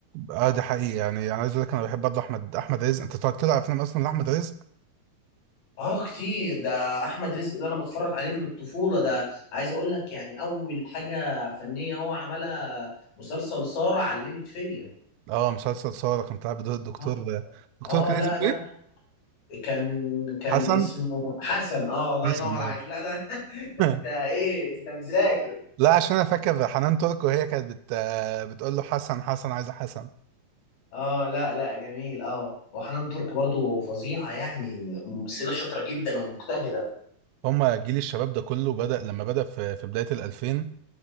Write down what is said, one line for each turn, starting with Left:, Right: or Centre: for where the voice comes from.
Right: اه ده حقيقي يعني انا عايز اقول لك انا بحب برضه احمد احمد رزق انت اتفرجت له على افلام اصلا لاحمد رزق
Left: آه كتير ده أحمد رزق ده أنا بتفرج عليه من الطفولة ده عايز أقول لك يعني أول حاجة فنية هو عملها مسلسل سارة علمت فيا
Right: اه مسلسل صورة كان طالع بدور الدكتور
Left: آه
Right: دكتور
Left: آه،
Right: كان
Left: لا
Right: اسمه
Left: لا
Right: ايه
Left: كان كان
Right: حسن
Left: اسمه حسن اه الله
Right: حسن
Left: ينور عليك لا ده <laughs> ده
Right: آه.
Left: انت ايه
Right: <laughs>
Left: انت مذاكر
Right: لا عشان انا فاكر حنان تركو هي كانت بت... بتقول له حسن حسن عايزه حسن
Left: اه لا لا جميل اه وحنان ترك برضو فظيعة يعني ممثلة شاطرة جدا ومجتهدة
Right: هما جيل الشباب ده كله بدأ لما بدأ في في بدايه الألفين